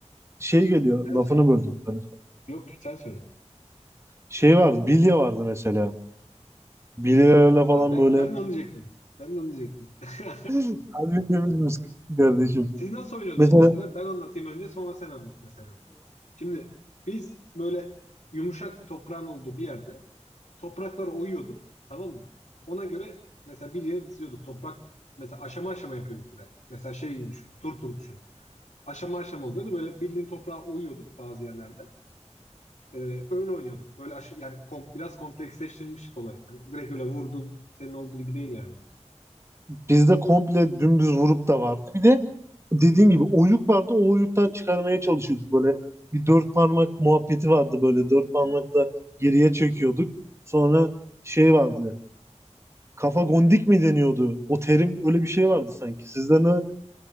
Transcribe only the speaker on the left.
sen söyle.
Yok sen söyle.
Aa, ben,
ben de onu diyecektim. Ben de onu diyecektim. <laughs>
Siz nasıl oynuyordunuz
mesela? Ben anlatayım önce sonra sen anlat mesela. Şimdi biz böyle yumuşak bir toprağın olduğu bir yerde toprakları oyuyorduk tamam mı? Ona göre mesela bilye diziyorduk. Toprak mesela aşama aşama yapıyorduk bir de. Mesela şey gibi düşün. Tur tur düşün. Aşama aşama oluyordu. Böyle bildiğin toprağı oyuyorduk bazı yerlerde. Ee, öyle oynuyorduk. Böyle aşı, yani kom- biraz kompleksleştirilmiş olay. Hani direkt öyle vurdum senin olduğu gibi değil yani.